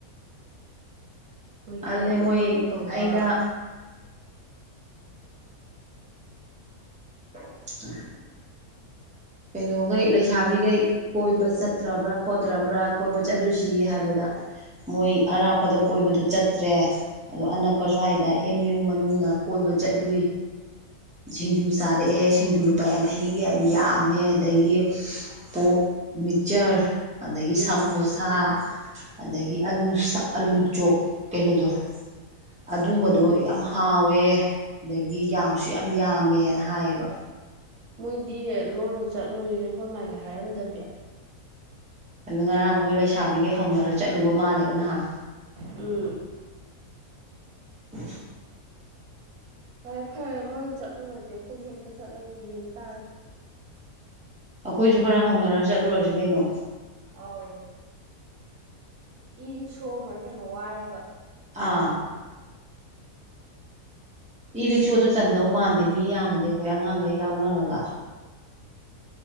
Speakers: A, on the right; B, in the centre.
A: ꯃꯣꯏꯒꯤ
B: ꯑꯗꯨꯅꯦ ꯃꯣꯏ
A: ꯊꯕꯛ ꯇꯧꯕ
B: ꯑꯩꯅ ꯎ ꯀꯩꯅꯣꯒꯩ ꯂꯩꯁꯥꯕꯤꯒꯩ ꯀꯣꯏꯕ ꯆꯠꯇ꯭ꯔꯕ꯭ꯔꯥ ꯈꯣꯠꯇ꯭ꯔꯕ꯭ꯔꯥ ꯀꯣꯏꯕ ꯆꯠꯂꯨꯁꯤ ꯍꯥꯏꯕꯗ ꯃꯣꯏ ꯑꯔꯥꯞꯄꯗ ꯀꯣꯏꯕꯗꯨ ꯆꯠꯇ꯭ꯔꯦ ꯑꯗꯣ ꯑꯅꯛꯄ ꯁ꯭ꯋꯥꯏꯗ ꯑꯦꯝ ꯌꯨ ꯃꯅꯨꯡꯗ ꯀꯣꯏꯕ ꯆꯠꯂꯨꯏ ꯁꯤꯡꯖꯨ ꯆꯥꯔꯛꯑꯦ ꯁꯤꯡꯖꯨ ꯂꯨꯄꯥ ꯌꯥꯡꯈꯩꯒꯤ ꯌꯝ ꯌꯝ ꯃꯦ ꯑꯗꯒꯤ ꯄꯣꯛ ꯃꯤꯛꯆ꯭ꯔ ꯑꯗꯒꯤ
A: ꯎꯝ
B: ꯁꯃꯣꯁꯥ ꯑꯗꯒꯤ ꯑꯗꯒꯤ ꯑꯂꯨ ꯁ ꯑꯂꯩ ꯆꯣꯛ ꯀꯩꯅꯣꯗꯣ ꯑꯗꯨꯒꯗꯣ ꯌꯥꯝ ꯍꯥꯎꯋꯦ ꯑꯗꯒꯤ ꯌꯥꯝꯁꯨ ꯌꯥꯝ ꯌꯥꯝꯃꯦꯅ ꯍꯥꯏꯌꯦꯕ
A: ꯃꯣꯏꯗꯤ ꯂꯣꯟꯅ ꯆꯠꯂꯨꯔꯤꯔ ꯍꯣꯏ ꯃꯥꯏꯒ ꯍꯥꯏꯔꯝꯗꯕꯤ
B: ꯑꯗꯨ ꯉꯔꯥꯡ ꯃꯣꯏ ꯂꯩꯁꯥꯕꯤꯒꯩ ꯍꯧꯅꯔ ꯆꯠꯂꯨꯕ ꯃꯥꯜꯂꯦꯕ ꯅꯍꯥꯟ
A: ꯎꯝ
B: ꯑ
A: ꯐꯔꯦ ꯐꯔꯦ ꯃꯣꯏ ꯆꯠꯂꯨꯔꯗꯤ ꯑꯈꯣꯏꯁꯨ ꯑꯝꯇ ꯆꯠꯂꯒ ꯌꯦꯡ ꯇꯥꯔꯦ
B: ꯑꯈꯣꯏꯖꯨ ꯈꯔ ꯍꯧꯅꯔ ꯆꯠꯂꯨꯔꯁꯤ ꯀꯩꯅꯣ
A: ꯑꯥꯎ ꯏ ꯔꯤꯛꯁꯣ ꯑꯃꯔ ꯀꯩꯅꯣ ꯋꯥꯏꯔꯒ
B: ꯑꯥ ꯏ ꯔꯤꯛꯁꯣꯗ ꯆꯟꯗꯧ ꯃꯥꯟꯗꯦ ꯃꯤ ꯌꯥꯝꯃꯗꯤ ꯑꯩꯈꯣꯏ ꯑꯉꯥꯡꯒꯩ ꯌꯥꯎꯅꯔꯒ